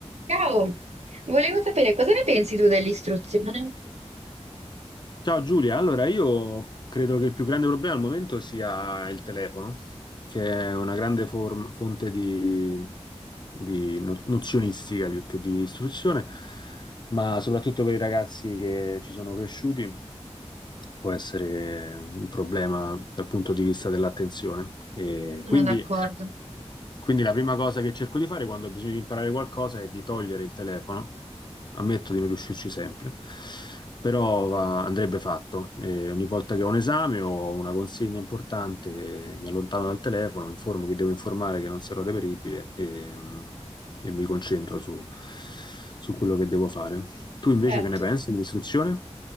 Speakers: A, on the right; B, on the left.
A: Ciao, volevo sapere cosa ne pensi tu dell'istruzione?
B: Ciao Giulia, allora io credo che il più grande problema al momento sia il telefono, che è una grande form- fonte di, di no- nozionistica più che di istruzione, ma soprattutto per i ragazzi che ci sono cresciuti può essere un problema dal punto di vista dell'attenzione. E
A: Sono
B: quindi,
A: d'accordo.
B: quindi la prima cosa che cerco di fare quando ho bisogno di imparare qualcosa è di togliere il telefono ammetto di non riuscirci sempre, però va- andrebbe fatto. Eh, ogni volta che ho un esame o una consegna importante, eh, mi allontano dal telefono, mi informo che devo informare che non sarò reperibile e, mm, e mi concentro su, su quello che devo fare. Tu invece
A: Certo.
B: che ne pensi dell'istruzione?